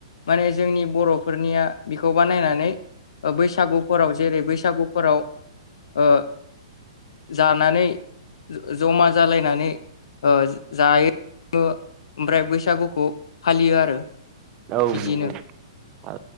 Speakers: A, on the left; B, on the right.
A: माने जोंनि बरफोरनिया बेखौ बानायनानै ओ बैसागुफोराव जेरै बैसागुफोराव ओ जानानै जमा जालायनानै ओ जायो ओमफ्राय बैसागुखौ फालियो आरो
B: औ
A: बिदिनो
B: नंगौ औ